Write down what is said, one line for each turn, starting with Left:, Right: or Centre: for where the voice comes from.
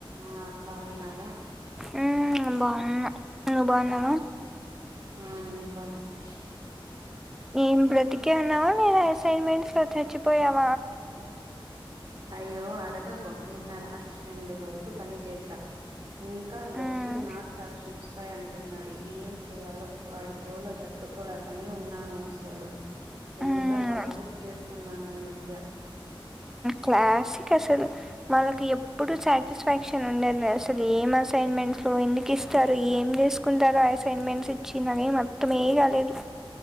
Right: ఆ బాగున్నారా.
Centre: ఉమ్ బాగున్నా నువ్వు బాగున్నావా
Right: ఆ బాగున్నా
Centre: ఏం బ్రతికే ఉన్నావా. అసైన్మెంట్స్. పోయావ
Right: అయ్యో అడగకు నిన్న రాత్రి రెండు వరకు పని చేసా. ఇంకా లెక్చర్
Centre: ఉమ్
Right: నాట్ అబ్బాయి అంటున్నాడు. ఏం చేయాలో వాడి గోల తట్టుకోలేకనే ఉన్నాను అసలు. ఎంత
Centre: ఉమ్
Right: హార్డ్ వర్క్ చేస్తున్నాను. మన మధ్య
Centre: క్లాసిక్ అసలు వాళ్లకి. ఇప్పుడు సాటిస్ఫాక్షన్ ఉండదు. అసలు ఏం అసైన్మెంట్స్లో ఎందుకు ఇస్తారు. ఏం చేసుకుంటారో అసైన్మెంట్స్ ఇచ్చి నాకైతే అర్థమే కాలేదు.